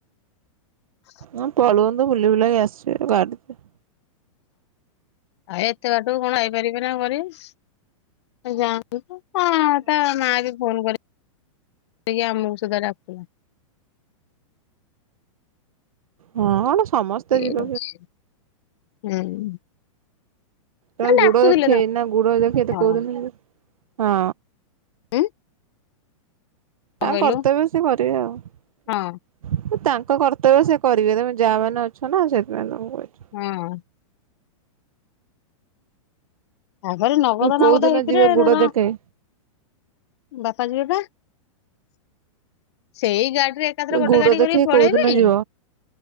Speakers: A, on the left; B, on the right.
A: ହଁ
B: ହଁ ତଳ ଗନ୍ଧ ବୁଲି ବିଲା ଆସବେ ଗାଡ଼ି
A: ଏତେ ବାଟକୁ କଣ ଆଇପାରିବେ ନା ଘରେ ସେ ଯା ହଁ ତା ମା ବି ଫୋନ କରି ସେ ଆମକୁ ସୁଧା ଡାକୁ
B: ହଁ କଣ ସମସ୍ତେ
A: ହୁଁ।
B: ଯିବ କେ
A: ନା ଡାକୁଥିଲେ
B: ଗୁଡ ଦେଖେ ଏନା ଗୁଡ ଦେଖେ
A: ତାଙ୍କର
B: ତ କଉିନ ହଁ।
A: ଉଁ। କଣ
B: ତାଙ୍କ
A: କହିଲୁ
B: କର୍ତ୍ତବ୍ୟ ସେ କରିବେ ଆଉ।
A: ହଁ
B: ତାଙ୍କ କର୍ତ୍ତବ୍ୟ ସେ କରିବେ ତମେ ଯା ମାନେ ଅଛ ଛ ନା ସେତେ ଦ କହୁଛୁ।
A: ହୁଁ। ତାପରେ ନଗଦ
B: କୋଉ
A: ନଗଦ
B: ଦିନ
A: ହେଇଥିରେ
B: ଯିବେ ଗୁଡ
A: ଧର
B: ଦେଖେଇ
A: ବାପା ଯଝିିବ ପା। ସେଇ ଗାଡିରେ ଏକାଥରେ ଗୋଟେ
B: ଗୁଡ
A: ଗାଡି
B: ଦେଖେଇ
A: କରିକି ପଳେଇବି
B: କୋଉ ଦିନ ଯିବ